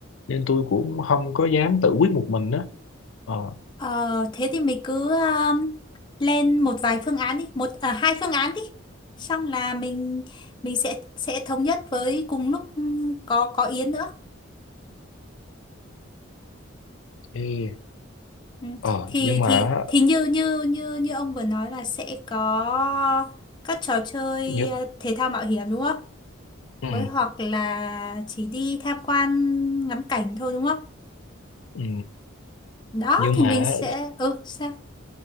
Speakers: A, on the left; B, on the left.
A: nên tôi cũng không có dám tự quyết một mình đó ờ
B: Ờ, thế thì mình cứ um, lên một vài phương án đi, một à, hai phương án đi. Xong là mình mình sẽ sẽ thống nhất với cùng lúc um, có có Yến nữa.
A: thì
B: Ừ.
A: ờ
B: Thì
A: nhưng mà
B: thì thì như như như như ông vừa nói là sẽ có các trò chơi
A: nhưng,
B: ờ, thể thao mạo hiểm đúng không?
A: ừ,
B: Với hoặc là chỉ đi tham quan ngắm cảnh thôi đúng không?
A: ừ,
B: Đó
A: nhưng
B: thì
A: mà
B: mình sẽ ừ sao?